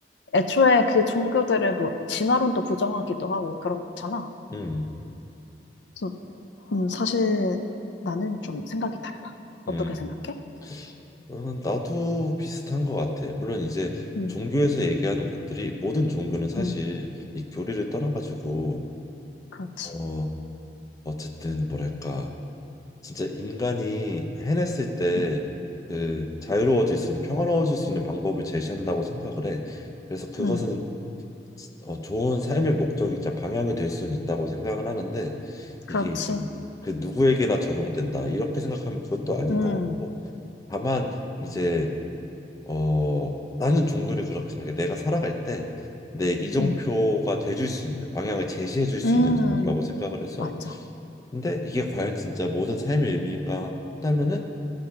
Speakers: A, on the left (about 85°); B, on the left (about 20°).
A: 애초에 그 종교들을 뭐 진화론도 부정하기도 하고 그렇잖아.
B: 음.
A: 그래서 음, 사실 나는 좀 생각이 달라. 어떻게
B: 음,
A: 생각해?
B: 어, 나도 비슷한 것 같아. 물론 이제
A: 음,
B: 종교에서 얘기하는 것들이 모든 종교는 사실
A: 음,
B: 이 교리를 떠나가지고
A: 그렇지.
B: 어 어쨌든 뭐랄까 진짜 인간이 해냈을 때
A: 음,
B: 그 자유로워질 수 있는 평화로워질 수 있는 방법을 제시한다고 생각을 해. 그래서 그것은
A: 음.
B: 어, 좋은 삶의 목적이자 방향이 될 수는 있다고 생각은 하는데
A: 그렇지.
B: 이게 이제 그 누구에게나 적용된다 이렇게 생각하면 그건 또 아닌
A: 음,
B: 것 같고 다만 이제 어, 나는 종교를 그렇게 생각해. 내가 살아갈 때 내 이정표가
A: 음,
B: 돼줄 수 있는 방향을 제시해 줄 수
A: 음,
B: 있는 정도라고 생각을 해서.
A: 맞아.
B: 근데 이게 과연 진짜 모든 삶의 의미인가 한다면은